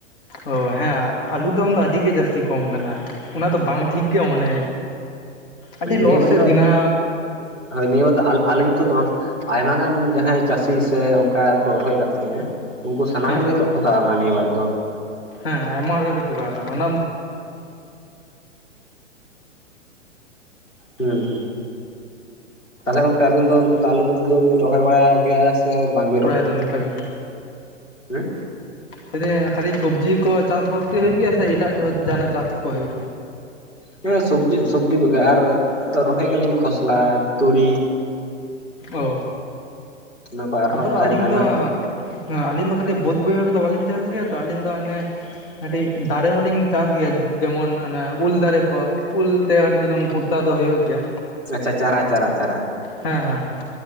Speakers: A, on the left; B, on the left.
A: ᱳ ᱦᱮᱸ ᱟᱞᱩ ᱫᱟᱢ ᱫᱚ ᱟᱹᱰᱤ ᱜᱮ ᱡᱟᱹᱥᱛᱤ ᱠᱚᱢ ᱠᱟᱱᱟ ᱚᱱᱟ ᱫᱚ ᱵᱟᱝ ᱴᱷᱤᱠ ᱜᱮᱭᱟ ᱚᱱᱮ ᱟᱹᱰᱤ ᱞᱚᱥ
B: ᱱᱤᱭᱟᱹ ᱵᱟᱨ
A: ᱮᱫ
B: ᱫᱚ
A: ᱫᱤᱱᱟᱻ᱾
B: ᱦᱳᱭ ᱱᱤᱭᱟᱹ ᱵᱟᱨ ᱫᱚ ᱟᱼᱟᱹᱞᱤᱧ ᱢᱚᱛᱚ ᱫᱚ ᱵᱟᱝᱼᱼ ᱟᱭᱢᱟ ᱜᱟᱱ ᱡᱟᱦᱟᱸᱭ ᱪᱟᱹᱥᱤ ᱥᱮ ᱚᱱᱠᱟ ᱠᱚ ᱨᱚᱦᱚᱭ ᱟᱠᱟᱫ ᱛᱟᱦᱮᱸᱜᱼᱟ ᱩᱱᱠᱩ ᱥᱟᱱᱟᱢ
A: ᱦᱮᱸ
B: ᱜᱮᱠᱚ ᱴᱷᱚᱠᱟᱣ ᱟᱠᱟᱱᱟ ᱱᱤᱭᱟᱹ ᱵᱟᱨ ᱫᱚ᱾
A: ᱦᱮᱸ ᱟᱭᱢᱟ ᱦᱚᱲ ᱜᱮᱠᱚ ᱴᱷᱚᱠᱟ ᱟᱠᱟᱱᱟ ᱚᱱᱟ
B: ᱦᱩᱸ ᱛᱟᱦᱟᱞᱮ ᱜᱚᱝᱠᱮ ᱟᱹᱵᱤᱱ ᱫᱚ ᱚᱱᱛᱮ ᱫᱚ ᱟᱞᱩ ᱠᱚᱫᱚ ᱵᱤᱱ ᱨᱚᱦᱚᱭ ᱵᱟᱲᱟ ᱜᱮᱭᱟ ᱥᱮᱼᱼ ᱥᱮ ᱵᱟᱝ?
A: <unintelligible> ᱫᱟᱹᱵᱤᱱ ᱠᱟᱹᱢᱤᱼᱼ
B: ᱦᱩᱸ?
A: ᱞᱟᱹᱭ ᱫᱟᱹᱧ ᱠᱷᱟᱹᱞᱤ ᱥᱚᱵᱽᱡᱤ ᱠᱚ ᱪᱟᱥ-ᱵᱟᱥ ᱜᱮ ᱦᱩᱭᱩᱜ ᱜᱮᱭᱟ ᱥᱮ ᱮᱴᱟᱜ ᱡᱟᱦᱟᱱᱟᱜ ᱪᱟᱥ ᱠᱚ ᱦᱩᱭᱩᱜ ᱜᱮᱭᱟ?
B: ᱦᱮᱸ ᱥᱚᱵᱽᱡᱤ ᱥᱚᱵᱽᱡᱤ ᱠᱚᱜᱮ ᱟᱨ ᱨᱚᱦᱚᱭ ᱜᱮᱭᱟ ᱞᱤᱧ ᱠᱷᱚᱥᱞᱟ ᱛᱩᱸᱲᱤ᱾
A: ᱳ
B: ᱚᱱᱟ ᱠᱚ ᱟᱨᱦᱚᱸ
A: ᱟᱫᱚ ᱟᱹᱞᱤᱧ
B: ᱟᱭᱢᱟ
A: ᱫᱚᱼᱼ ᱦᱮᱸ ᱟᱹᱞᱤᱧ ᱫᱚ ᱠᱷᱟᱹᱞᱤ ᱵᱟᱹᱫᱽ ᱵᱟᱹᱭᱦᱟᱹᱲ ᱨᱮᱫᱚ ᱵᱟᱹᱞᱤᱧ ᱪᱟᱥ ᱜᱮᱭᱟ ᱛᱚ ᱟᱹᱞᱤᱧ ᱫᱚ ᱦᱟᱱᱮ ᱠᱟᱹᱴᱤᱡ ᱫᱟᱨᱮ ᱦᱚᱸᱞᱤᱧ ᱪᱟᱥ ᱜᱮᱭᱟ ᱡᱮᱢᱚᱱ ᱚᱱᱮ ᱩᱞ ᱫᱟᱨᱮ ᱠᱚ, ᱩᱞ ᱛᱮ ᱠᱟᱹᱴᱤᱡ ᱪᱩᱞᱩᱝ ᱯᱩᱨᱛᱟᱹ ᱫᱚ ᱦᱩᱭᱩᱜ ᱜᱮᱭᱟ᱾
B: ᱟᱪᱪᱷᱟ ᱪᱟᱨᱟ, ᱪᱟᱨᱟ, ᱪᱟᱨᱟ᱾
A: ᱦᱮᱸ ᱦᱮᱸ ᱦᱮᱸ